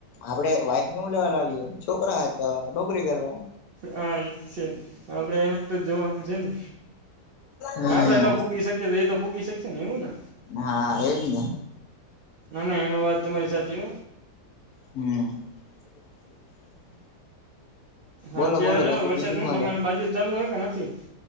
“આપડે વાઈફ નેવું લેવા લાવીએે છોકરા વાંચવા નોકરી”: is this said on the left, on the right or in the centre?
Left